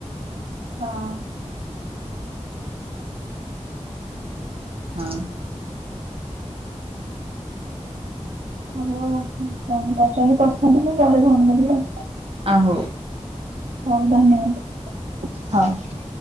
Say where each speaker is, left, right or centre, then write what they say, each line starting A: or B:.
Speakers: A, on the right; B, on the right.
A: ହଁ।
B: ହଁ।
A: ହଁ ହଉ କଣ କରଛନ୍ତି କରୁଥାନ୍ତୁ। ମୁଁ ଗଲେ ଫୋନ୍ କରିବି ଆଉ।
B: ଆଉ ହଉ
A: ହଉ ଧନ୍ୟବାଦ।
B: ହଉ।